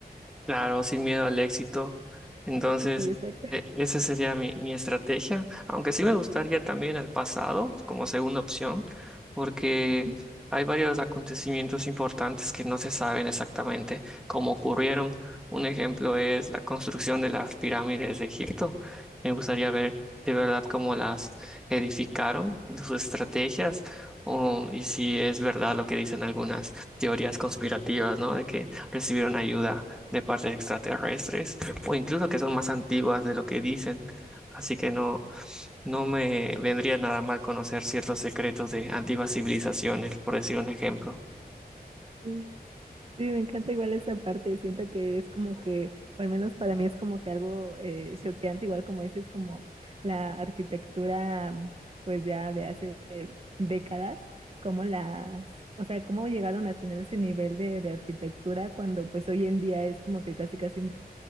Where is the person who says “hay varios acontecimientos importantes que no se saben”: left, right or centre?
Centre